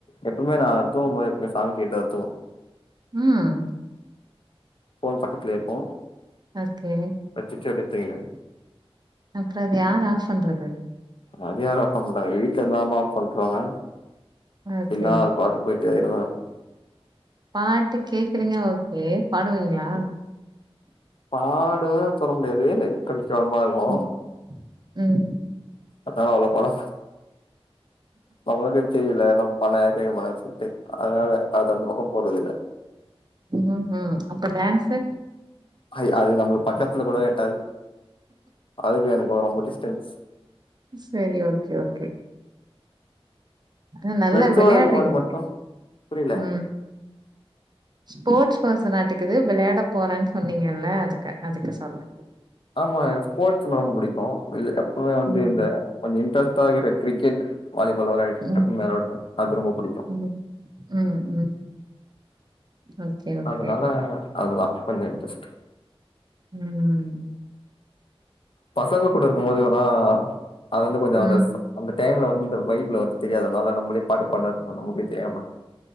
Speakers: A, on the left; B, on the right.
A: எப்பவுமே நா தூங்கும் போது எப்பவுமே சாங் கேட்டு தா தூங்குவே
B: ம்
A: ஃபோன் பக்கத்துலயே இருக்கு
B: ஓகே
A: வச்சிட்டு அப்டியே தூங்கினுவே
B: அப்புறோ அத யாரு ஆஃப் பண்றது
A: அத யாரு ஆஃப் பண்ண மாட்டாங்க வீட்டுல இருந்தா அம்மா ஆஃப் பண்ருவாங்க
B: ஓகே
A: இல்ல அது பாட் ட்டேதா இருக்கு
B: பாட்டு கேக்குறீங்க ஓகே பாடுவீங்களா
A: பாடுவே சொல்ல முடியாது கொஞ்ச கேவலமா இருக்கு
B: ம் ம்
A: அத்தால அவ்ளோ பணோ நம்மளுக்கே தெரில நம்ம பணம் கேட்க பனன்னு சொல்ட்டு அதனால அதுக்கு அந்த பக்கோ போறதில்ல
B: ம் ஹு அப்ப டான்ஸு
A: அது அது நம்ம பக்கத்துல கூட எட்டாது அதுக்கு எனக்கு ரொம்ப டிஸ்டன்ஸ்
B: செரி ஓகே ஓகே ஆனா நல்லா
A: ஃப்ரண்ட்ஸோட
B: விளையாடுறீங்க
A: இருக்கும்போது மட்டு
B: நீங்க
A: புரில
B: ம் ஸ்போர்ட்ஸ் பெர்சன் ஆட்டுக்குது விளாட போறேன்னு சொன்னீங்கல்ல அதுக்கு அதுக்கு சொன்ன
A: ஆமா ஸ்போர்ட்ஸ்னா ரொம்ப புடிக்கு எப்பமே வந்து
B: ம்
A: இந்த கொஞ்ச இன்ட்ரெஸ்ட் ஆகிற கிரிக்கெட் வாலிபால் வெளாடிட்டு
B: ம்
A: டக்குனு மேல ஓடுவ அது ரொம்ப புடிக்கு
B: ம் ம் ம் ஓகே ஓகே
A: அதனால அது லா கொஞ்ச இன்ட்ரெஸ்ட்
B: ம்
A: பசங்க கூட இருக்கம்போதுவன்னா அது வந்து கொஞ்ச
B: ம் ம்
A: அந்த அந்த டைம்ல வந்து இந்த வைப்ல வந்து தெரியாது அதனால நம்பளே பாட்டு பாட்னா நமக்கே தெரியாம